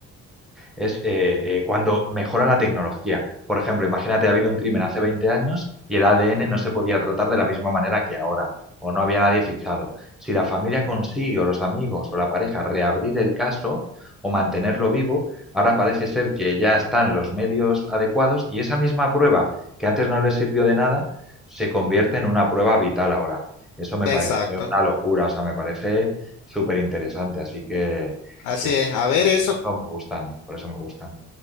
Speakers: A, in the centre; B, on the left.
A: es eh, eh, cuando mejora la tecnología. Por ejemplo, imagínate, ha habido un crimen hace 20 años y el ADN no se podía tratar de la misma manera que ahora, o no había nadie fichado. Si la familia consigue, o los amigos, o la pareja, reabrir el caso o mantenerlo vivo, ahora parece ser que ya están los medios adecuados y esa misma prueba que antes no les sirvió de nada, se convierte en una prueba vital ahora. Eso me
B: exacto.
A: parece una locura, o sea, me parece súper interesante. Así que
B: Así
A: que
B: es.
A: por
B: A ver
A: eso,
B: eso.
A: por eso me gustan, por eso me gustan.